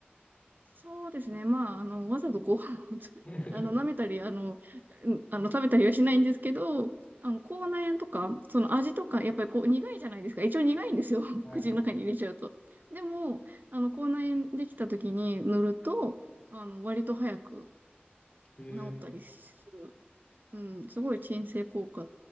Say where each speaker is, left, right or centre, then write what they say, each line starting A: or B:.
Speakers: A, on the right; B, on the left.
A: そうですね。まあ、あの、わざとご飯をつ、<laughs>
B: <laughs>
A: あの、舐めたり、あの、うんあの、食べたりはしないんですけど、あの、口内炎とか、その味とか、やっぱりこう、苦いじゃないですか。一応苦いんですよ。<laughs>
B: はい。
A: 口の中に入れちゃうと。でも、あの、口内炎できた時に塗ると、あの、割と早く、
B: えー、
A: 治ったりする。うん、すごい鎮静効果